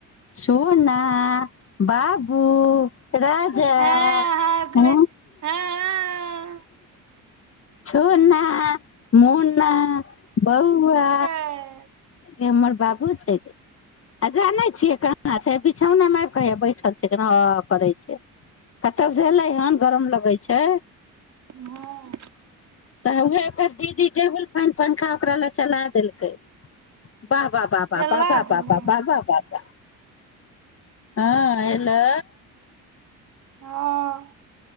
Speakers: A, on the left (about 40°); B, on the right (about 50°).
A: सुूना बाबू राजा
B: हँ अहाँ ओकरे
A: ह
B: हँ
A: छोना मोना बौआ
B: आ
A: हमर बाबू छै आ जाने छियै अच्छा बिछौनाि क बैठल छै के पड़ै छै कतबसँलै हन गरम लगै छै
B: हँ
A: तऽ उएह ओकर दीदी टेबुल पन पंखा ओकरा लए चला देलकै वाबाह वाबा
B: चला
A: वाबा
B: देलै
A: वाबा वाबा वाबा हँ हेलो
B: हँ